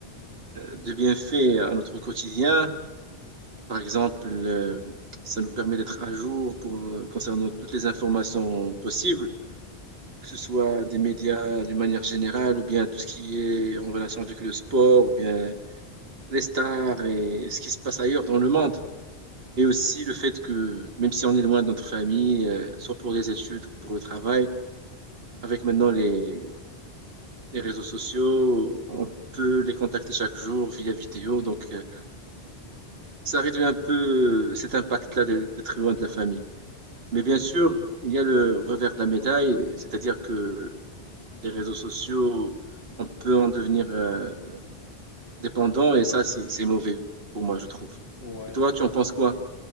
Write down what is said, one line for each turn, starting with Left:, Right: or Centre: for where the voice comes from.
Right: euh, de bienfaits à notre quotidien. Par exemple, euh, ça nous permet d'être à jour pour, euh, concernant toutes les informations possibles, que ce soit des médias d'une manière générale, ou bien tout ce qui est en relation avec le sport, ou bien les stars et ce qui se passe ailleurs dans le monde. Et aussi le fait que, même si on est loin de notre famille, euh, soit pour les études ou pour le travail, avec maintenant les les réseaux sociaux, on peut les contacter chaque jour via vidéo, donc euh, ça réduit un peu cet impact-là d'être d'être loin de la famille. Mais bien sûr, il y a le revers de la médaille, c'est-à-dire que les réseaux sociaux, on peut en devenir euh, dépendant et ça, c'est c'est mauvais pour moi, je trouve.
Left: Ouais,
Right: Et toi,
Left: je
Right: tu
Left: pen-
Right: en penses quoi?